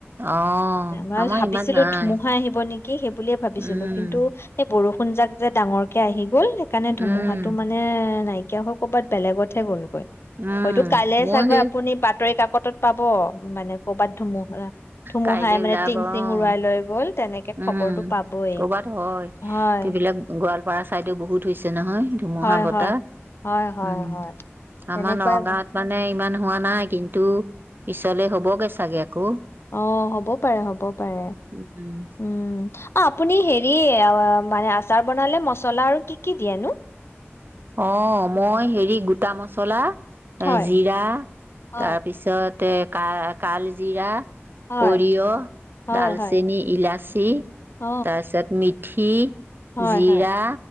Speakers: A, on the right; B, on the left.
A: আহ
B: মই
A: আমাৰ
B: ভাবিছিলো
A: ইমান নাই
B: ধুমুহা আহিব নেকি সেই বুলিয়ে ভাবিছিলো
A: উম,
B: কিন্তু এই বৰষুন কোন যাক যে ডাঙৰকে আহি গ'ল সেইকাৰণে
A: উম,
B: ধুমুহাটো মানে নাই কিয় কব বেলেগতহে গ'লগৈ
A: উম,
B: হয়টো কাইলে
A: মোৰ
B: চাগ
A: সেই
B: আপুনি বাতৰি কাকত কটত পাব মানে ক'ৰবাত ধুমুহা ধুমুহাই
A: কাইলৈ
B: মানে
A: ওলাব
B: টিং
A: অ'।
B: চিং উৰুৱাই লৈ গ'ল তেনেকে
A: উম
B: খবৰটো পাবই
A: কৰ'বাত হয়
B: হয়
A: সেইবিলাক গোৱালপাৰা চাইডে বহুত হৈছে নহয় ধুমুহা
B: হয়
A: বতাহ
B: হয় হয় হয়
A: উম
B: হয় তেনেকুৱাই
A: আমাৰ নগাঁৱত
B: গ-
A: মানে ইমান হোৱা নাই কিন্তু পিছলে হ'বগে চাগে আকৌ।
B: অ' হ'ব পাৰে হ'ব পাৰে
A: উম
B: উম। অ' আপুনি হেৰি মানে আচাৰ বনালে মছলা আৰু কি কি দিয়েনো?
A: অ' মই হেৰি গোটা মচলা।
B: হয়
A: এ জিৰা
B: হয়
A: তাৰপিছত তে ক কাল জিৰা
B: হয়
A: সৰিয়হ
B: হয়
A: দালচেনি
B: হয়
A: ইলাচি
B: অ
A: তাৰপিছত মিট <unintelligible>
B: হয়
A: জিৰা
B: হয়